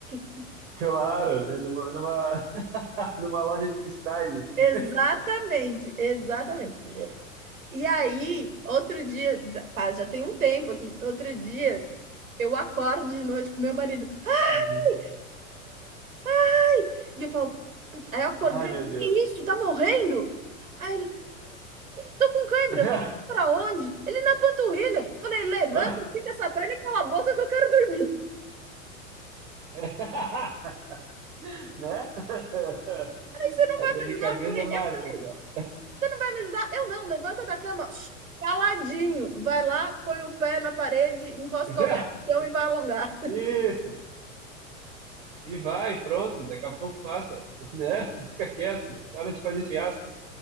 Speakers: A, on the right; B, on the right.
A: <laughs>
B: claro, né? numa, numa, <laughs> numa loja de cristais, assim.
A: exatamente, exatamente.
B: <laughs>
A: E aí, outro dia, já- pá, já tem um tempo aqui, outro dia, eu acordo de noite com meu marido.
B: Uhum.
A: Ai, ai! E eu falo, "Puta", aí eu acordei,
B: Ai, meu Deus.
A: que isso? Tá morrendo? Aí ele, tô com cãibra.
B: <laughs>
A: Eu Falei, pra onde? Ele na panturrilha. Eu Falei, levanta,
B: Ah,
A: fica essa perna e cala a boca que eu quero dormir. <laughs>
B: <laughs> Né? <laughs>
A: Aí você não
B: A
A: vai
B: delicadeza
A: me ajudar? Eu falei,
B: básica
A: eu não.
B: aquela.
A: me ajudar? Eu não, levanta da cama, caladinho, vai lá, põe o pé na parede, encosta
B: <laughs>
A: qualquer chão e vai alongar.
B: Isso. E vai, pronto, daqui a pouco passa, <laughs> né? Fica quieto, para de fazer fiasco.